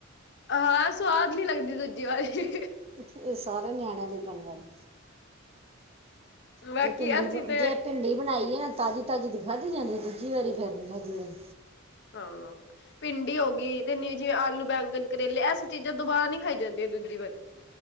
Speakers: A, on the left; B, on the right.
A: ਹਾਂ, ਸਵਾਦ ਨੀ ਲੱਗਦੀ ਦੂਜੀ ਵਾਰੀ।
B: ਇਹ ਸਾਰੇ, ਨਿਆਣਿਆਂ ਦੀ ਪੰਗਾ ਏ।
A: ਬਾਕੀ
B: ਜੇ ਭਿੰਡੀ,
A: ਅਸੀਂ ਤੇ
B: ਜੇ ਭਿੰਡੀ ਬਣਾਈਏ ਨਾ ਤਾਜ਼ੀ, ਤਾਜ਼ੀ ਦੀ ਖਾਧੀ ਜਾਂਦੀ, ਦੂਜੀ ਵਾਰੀ ਫੇਰ 'ਨ ਖਾਧੀ ਜਾਦੀ।
A: ਹਾਂ। ਭਿੰਡੀ ਹੋ ਗਈ, ਤੇ ਨੀ ਜਿਵੇਂ ਆਲੂ ਬੈਂਗਣ, ਕਰੇਲੇ, ਐਸ ਚੀਜ਼ਾਂ ਦੁਬਾਰਾ ਨੀ ਖਾਈ ਜਾਂਦੀਆਂ ਦੂਜੀ ਵਾਰੀ।